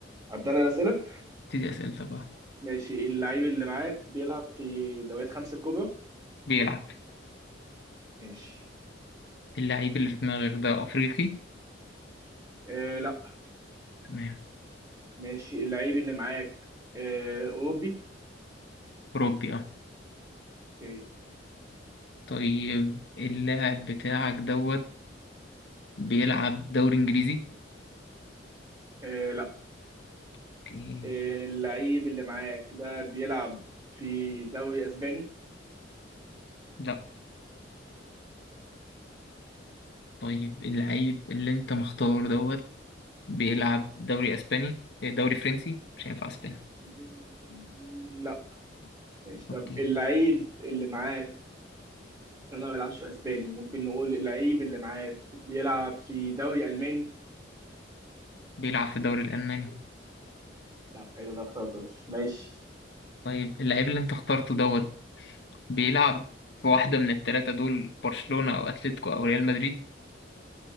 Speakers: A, on the right (about 20°); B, on the left (about 60°).
A: ابدا انا الاسئله
B: ابتدي اسئلتك بقى
A: ماشي اللعيب اللي معاك بيلعب في دوريات خمسة الكبرى
B: بيلعب
A: ماشي
B: اللعيب اللي في دماغك ده افريقي
A: آه لا
B: تمام
A: ماشي اللعيب اللي معاك آه أوروبي
B: اوروبي اه
A: اوكي
B: طيب اللاعب بتاعك دوت بيلعب دوري انجليزي
A: آه لا
B: اوكي
A: آه اللعيب اللي معاك ده بيلعب في دوري أسباني
B: لا طيب اللعيب اللي انت مختار دوت بيلعب دوري اسباني إيه، دوري فرنسي مش هينفع اسباني
A: مم، لا ماشي
B: اوكي
A: طب اللعيب اللي معاك لا ما بيلعبش في أسباني ممكن نقول اللعيب اللي معاك بيلعب في دوري ألماني
B: بيلعب في الدوري الالماني
A: طب حلو ده اخترته ده. ماشي
B: طيب اللعيب اللي انت اخترته دوت بيلعب في واحدة من التلاتة دول برشلونة او اتلتيكو او ريال مدريد